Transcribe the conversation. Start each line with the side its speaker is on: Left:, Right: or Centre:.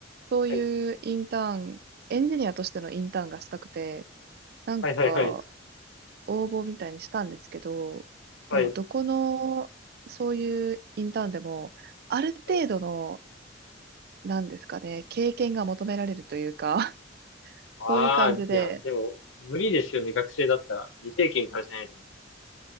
Right: そういうインターン、
Left: はい。
Right: エンジニアとしてのインターンがしたくて、何個か
Left: はい、はい、はい。
Right: 応募みたいにしたんですけど、
Left: はい。
Right: でもどこの、そういうインターンでも、ある程度の、
Left: はい。
Right: なんですかね、経験が求められるというか、<laughs>
Left: ああー、
Right: そういう感じで、
Left: いや、でも、無理ですよね、学生だったら。未経験からしないと。